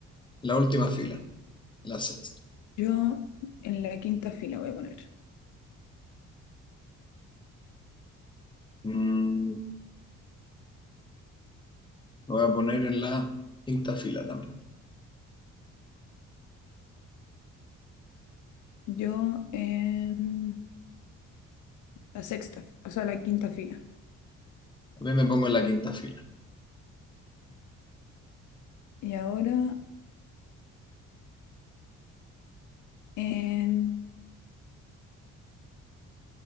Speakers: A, on the left; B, on the left.
A: La última fila, la sexta.
B: Yo en la quinta fila voy a poner.
A: Mm, me voy a poner en la quinta fila también.
B: Yo en la sexta, fi- o sea, la quinta fila.
A: También me pongo en la quinta fila.
B: Y ahora En,